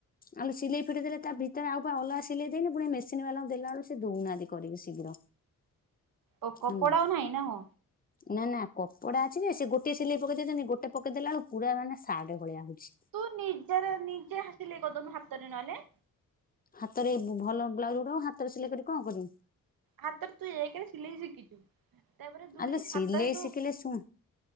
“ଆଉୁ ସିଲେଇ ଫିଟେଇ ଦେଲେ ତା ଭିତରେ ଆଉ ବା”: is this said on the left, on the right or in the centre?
Left